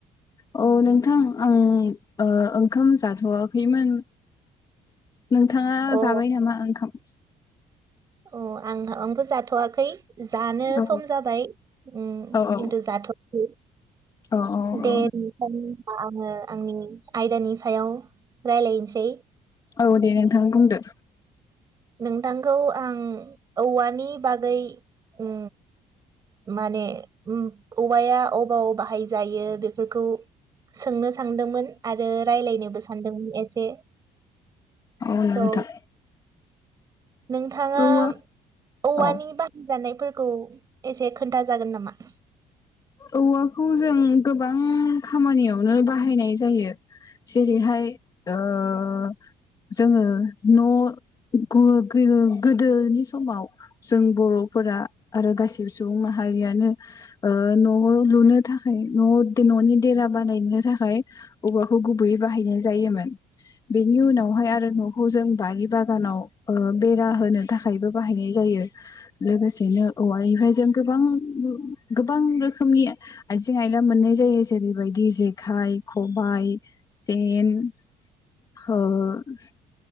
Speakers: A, on the left; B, on the right.
A: औ नोंथां आं ओंखाम जाथ'वाखैमोन नोंथाङा
B: अ
A: जाबाय नामा ओंखाम
B: अ आंहा आंबो जाथ'वाखै जानो
A: औ
B: सम जाबाय उम
A: औ औ
B: खिन्थु जाथ'खै
A: औ औ
B: दे
A: औ
B: नोंथां होमबा आङो आंनि आयदानि सायाव रायलायनोसै
A: औ दे नोंथां बुंदो
B: नोंथांखौ आं औवानि बागै उ माने औवाया अबाव बाहायजायो बेफोरखौ सोंनो सानदोंमोन आरो रायलायनोबो सानदोंमोन एसे
A: औ
B: स'
A: नोंथां
B: नोंथाङा
A: औ
B: औवानि
A: औ
B: बाहायजानाय एसे खोन्था जागोन नामा
A: औवाखौ जों गोबां खामानियावनो बाहायनाय जायो जेरैहाय ओ-जोङो न' गो गो गोदोनि समाव जों बर'फोरा आरो गासिबो सुबुं माहारियानो ओ न' न' लुनो थाखाय न' न'नि देरा बानायनो थाखाय औवाखौ गुबैयै बाहायनाय जायोमोन बेनि उनावहाय आरो न'खौ जों बारि बागानाव ओ बेरा होनो थाखायबो बाहायनाय जायो लोगोसेनो औवानिफ्राय जों गोबां गोबां रोखोम खमिया <unintelligible> आजें आयला मोननाय जायो जेरै बेबायदि जेखाइ खबाइ जेन अ <unintelligible>